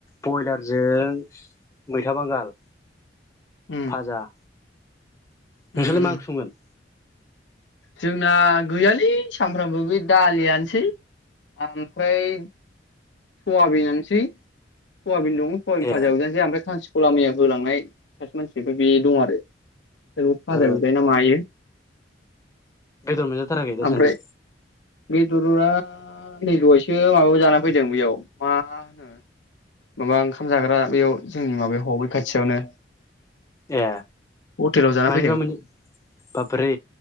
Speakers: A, on the left; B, on the left.
A: ब्रयलारजों मैथा बांगाल।
B: उम
A: फाजा। नोंसोरलाय
B: उम उम
A: मा ओंख्रि संगोन?
B: जोंना गैयालै सामफ्रोमबो बे दालियानोसै आमफ्राय। सवाबिन आनोसै। सयाबिन दं सयाबिन
A: ए
B: फाजा एवजानोसैय <unintelligible> मैया होलांनाय सासे मानसि बे दं आरो। औ फाजा
A: ओ
B: एवजायोना मायो।
A: बेदर मोनजा थाराखै दा
B: ओमफ्राय
A: सानन्दि?
B: बेदरा नै दहायसो माबायाव जाना फै बेयाव मा होनो माबा ओंखाम जाग्रा बेयाव जोंनि माबायाव ह बै खाथियावनो।
A: ए
B: हटेलाव जानानै
A: मानिबा
B: फैदों
A: मोन बाबरे